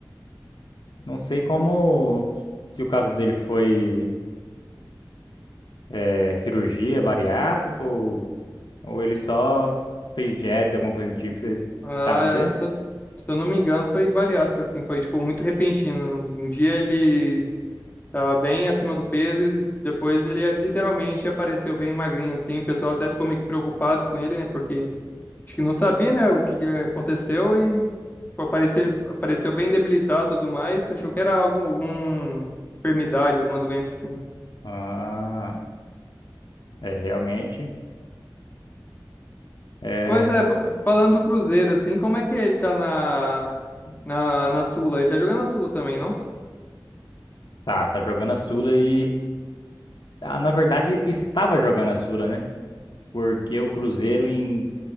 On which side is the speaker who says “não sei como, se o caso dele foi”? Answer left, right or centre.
Left